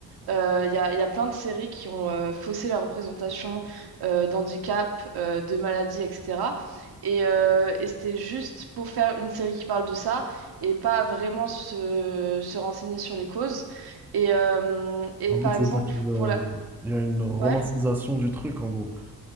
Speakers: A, on the right; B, in the centre.
A: Euh, Il y a, il y a plein de séries qui ont euh, faussé la représentation euh, d'handicap, euh, de maladie, etc. Et, euh, et c'était juste pour faire une série qui parle de ça et pas vraiment se, se renseigner sur les causes. Et, euh, et
B: En
A: par
B: gros, tu
A: exemple,
B: veux dire qu'il euh,
A: pour la...
B: il y a une romantisation
A: Ouais,
B: du truc, en gros.